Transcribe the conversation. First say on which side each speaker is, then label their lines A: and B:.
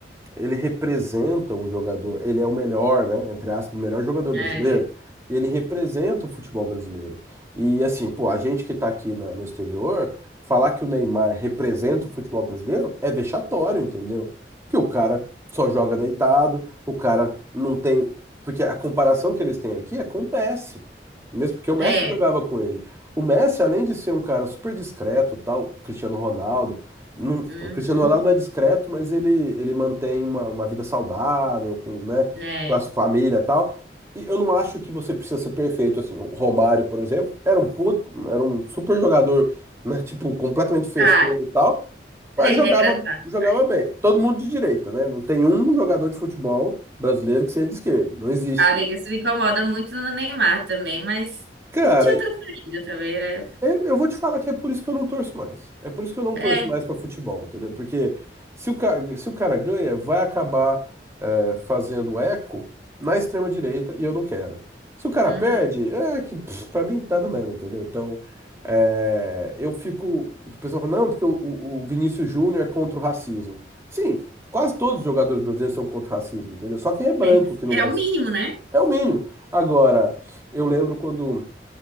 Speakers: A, on the right (about 15°); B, on the right (about 75°).
A: ele representa um jogador, ele é o melhor, né, entre aspas, o melhor jogador
B: É,
A: brasileiro, e ele representa o futebol brasileiro. E assim, pô, a gente que tá aqui na- no exterior, falar que o Neymar representa o futebol brasileiro é vexatório, entendeu? Porque o cara só joga deitado, o cara não tem, porque a comparação que eles têm aqui é com o Messi. Mesmo porque o Messi
B: é,
A: jogava com ele. O Messi, além de ser um cara super discreto, tal, o Cristiano Ronaldo não-
B: uhum,
A: o Cristiano Ronaldo não é discreto, mas ele, ele mantém uma, uma vida saudável, com, né,
B: é.
A: com a sua família e tal. E eu não acho que você precisa ser perfeito assim. O Romário, por exemplo, era um puto, era um super jogador, né, <laughs> tipo, completamente festeiro
B: Ah,
A: e tal, mas
B: ele
A: jogava,
B: é engraçado.
A: jogava
B: mas-
A: bem. Todo mundo de direita, né? Não tem um jogador de futebol brasileiro que seja de esquerda. Não existe.
B: Ah, amiga, isso me incomoda muito no Neymar também, mas
A: Cara,
B: não tinha outra saída também, era...
A: Eu eu vou te falar que é por isso que eu não torço mais. É por isso que eu não
B: É,
A: torço mais pra futebol, entendeu? Porque se o cara, se o cara ganha, vai acabar é, fazendo eco na extrema direita e eu não quero. Se o cara
B: uhum.
A: perde, é que pff, pra mim nada mesmo, entendeu? Então é, eu fico. O pessoal fala, não, porque o, o o Vinícius Júnior é contra o racismo. Sim, quase todos os jogadores brasileiros são contra o racismo, entendeu? Só quem é branco
B: Tem que-
A: que
B: É
A: não vai
B: o
A: ser.
B: mínimo, né?
A: É o mínimo. Agora, eu lembro quando